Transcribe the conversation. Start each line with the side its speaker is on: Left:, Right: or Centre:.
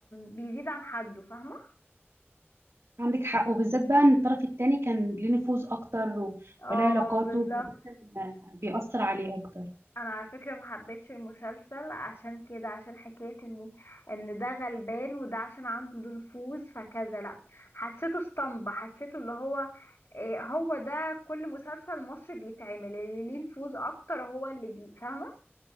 Left: بيزيد عن حده فاهمه
Right: عندك حق وبالذات بقى إن الطرف التاني كان ليه نفوذ أكتر و-
Left: اه
Right: وله علاقاته
Left: بالظبط
Right: فده كان آه، بيأثر عليه أكتر
Left: انا على فكره ما حبيتش المسلسل عشان كده عشان حكايه ان ان ده غلبان وده عشان عنده نفوذ فكذا لا حسيته اسطمبة حسيته اللي هو إيه هو ده كل مسلسل مصري بيتعمل اللي ليه نفوذ اكتر هو اللي بي فاهمه